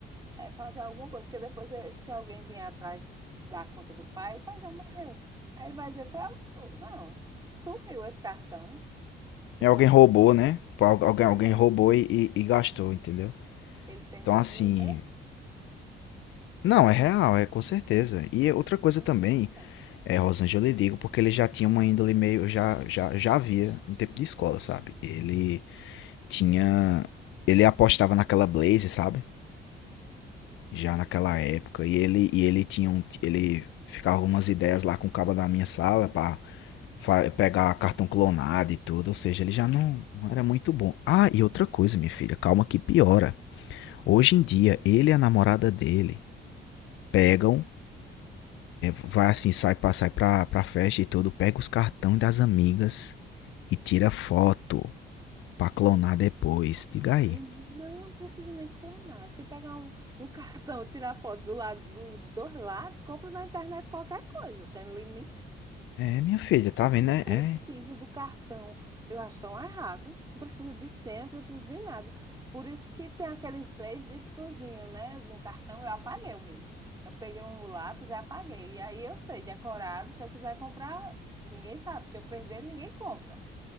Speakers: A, on the right; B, on the left.
A: é, fazer alguma coisa, porque depois, eh, se alguém vier atrás da conta do pai, o pai já morreu. Aí ele vai dizer, foi algo. Não, sumiu esse cartão. E
B: é
A: o povo
B: alguém roubou,
A: dizer, não,
B: né?
A: foi.
B: Al- Alguém, alguém
A: É,
B: roubou e, e e gastou, entendeu?
A: ele perdeu.
B: Então, assim,
A: É,
B: não, é real, é com certeza. E outra coisa
A: ele
B: também
A: foi esperto.
B: É, Rosângela, eu lhe digo porque ele já tinha uma índole meio. Já, já, já havia no tempo de escola, sabe? Ele tinha. Ele apostava naquela Blaze, sabe? Já naquela
A: Sim.
B: época. E ele, e ele tinha um. Ele ficava algumas ideias lá com o cabo da minha sala pra fa- pegar cartão clonado e tudo. Ou seja, ele já não, não era muito bom. Ah, e outra coisa, minha filha, calma que piora. Hoje em dia, ele e a namorada dele pegam Vai assim, sai pra, sai pra, pra festa e tudo, pega os cartões das amigas e tira foto pra clonar depois.
A: Ah,
B: Diga aí.
A: Menino, não precisa nem clonar. Se pegar um, um cartão e tirar foto do lado do- dos dois lados, compra na internet qualquer coisa, tem limite.
B: É, minha filha, tá
A: Não
B: vendo, né?
A: precisa
B: É,
A: do cartão. Eu acho tão errado. Não precisa de senha, não precisa de nada. Por isso que tem aqueles três dígitozinhos, né? No cartão, eu apaguei o meu. Eu peguei um lápis e apaguei. E aí eu sei, decorado, se eu quiser comprar, ninguém sabe. Se eu perder, ninguém compra.